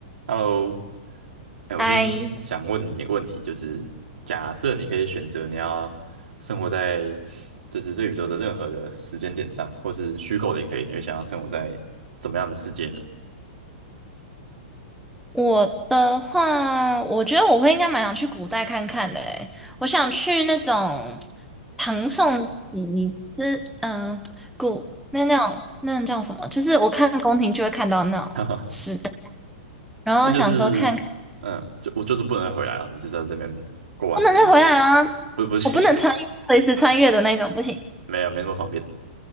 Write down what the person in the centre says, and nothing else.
哎，
我的话，我觉得我会应该蛮想去古代看看的诶，我想去那种唐宋以以之嗯古那那种那种叫什么？就是我看宫廷就会看到那种时代，
然后想说看看
不能再回来啦，
我不能穿随时穿越的那种，
不行。